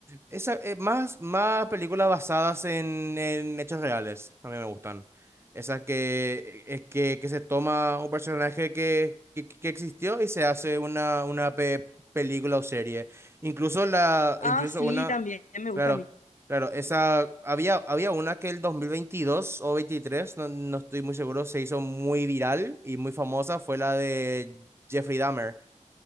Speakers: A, on the right (about 20°); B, on the left (about 80°).
A: Esa, eh, más, más películas basadas en, en hechos reales, a mí me gustan. Esas que, eh, que, que se toma un personaje que, que, que existió y se hace una, una pe- película o serie. Incluso, la,
B: Ah,
A: incluso
B: sí,
A: una,
B: también me gusta
A: claro,
B: a mí.
A: claro, esa, había, había una que el 2022 o 23 no, no estoy muy seguro, se hizo muy viral y muy famosa, fue la de Jeffrey Dahmer